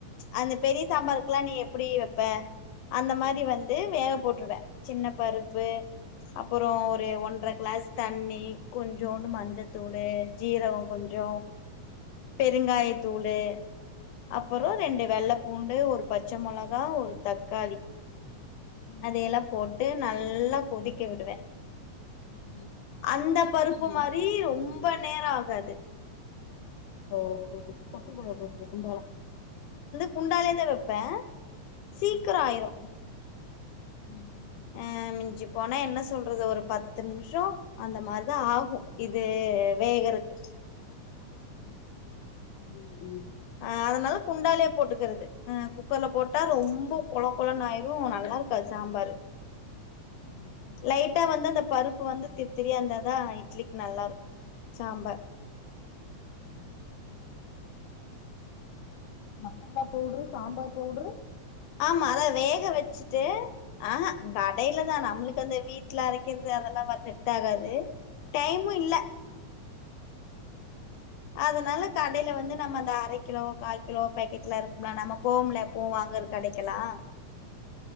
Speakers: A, on the left; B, on the left.
A: அந்த பெரிய சாம்பாருக்குலா நீ எப்படி வெப்ப அந்த மாதி
B: ம்
A: வந்து வேவ் போட்ருவ சின்னப் பருப்பு அப்புறோ ஒரு ஒன்ற க்ளேஸ் தண்ணி கொஞ்சோண்டு
B: ம்
A: மஞ்சதூளு ஜீரகொ கொஞ்சோ பெருங்காயத்தூளு அப்புறோ
B: ம்
A: ரெண்டு வெள்ளப் பூண்டு ஒரு பச்ச மொளகா ஒரு தக்காளி
B: ம்
A: அதையெலா போட்டு நல் ல்லா கொதிக்க விடுவே
B: ம்
A: அந்த
B: சட்டிலியா
A: பருப்பு மாரி ரொம்ப நேரா ஆகாது
B: ஓ <unintelligible>
A: குண்டாலே தா வெப்பே சீக்ர
B: ம்
A: ஆயிரு
B: ம்
A: ஆ மிஞ்சி போனா என்ன சொல்றது ஒரு பத்து நிமிஷம் அந்த மாரிதா ஆகும் இது வேகறதுக்கு
B: ம் ம் ம்
A: ஆ அதனால குண்டாலே போட்டுக்கிறது ஆ குக்கர்ல போட்டா ரொம்ப கொழ கொழனாயிரு நல்லாருக்காது சாம்பரு
B: ம் ம்
A: லைட்டா வந்தந்து பருப்பு வந்து திரு்-திரியா இருந்தாதா இட்லிக்கு நல்லா இருக்கும். சாம்பார்
B: <inaudible> மசாலா பவுடுரு சாம்பார் பவுடுரு
A: ஆமா அத வேக வச்சுட்டு ஆஹ்ஹ
B: ம்
A: கடையில தா நம்மளுக்கு அந்த வீட்ல அரைக்கிறது அதெல்லா வ செட் ஆகாது டைமும் இல்ல அதுனால, கடையில வந்து நம்ம அந்த அர கிலோ, கால் கிலோ பேக்கெட்லா இருக்ல நம்ம போம்லப் பூ வாங்குற கடைக்கெல்லா